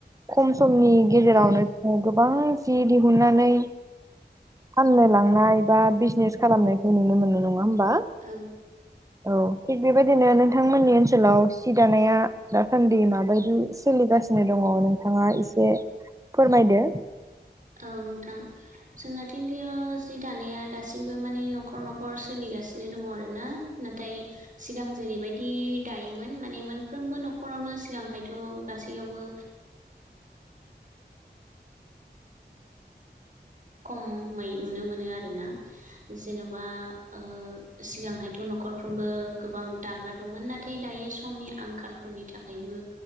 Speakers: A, on the right; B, on the right.
A: खम समनि गेजेरावनो
B: उम
A: जों गोबां जि दिहुननानै फाननो लांनाय बा बिजनेस खालामनायखौ नुनो मोनो। नङा होमबा?
B: औ
A: औ थिग बेबायदिनो नोंथांमोननि ओनसोलाव सि दानाया दासान्दि माबायदि सोलिगा सिनो दङ' नोंथाङा एसे फोरमायदो।
B: औ नोंथां जोंनाथिंदियाव जि दानाया दासिमबो माने न'खर न'खर सोलि गासिनो दङ आरोना। नाथाय सिगां जेरैबायदि दायोमोन माने मोनफ्रोमबो नख'र आवनो सिगांहायथ' गासैयावबो खमै नुनो मोनो आरोना जेन'बा ओ सिगांहायथ' न'खरफ्रोमबो गोबां दाग्रा दंमोन। नाथाय दायो समनि आंखालफोरनि थाखायबो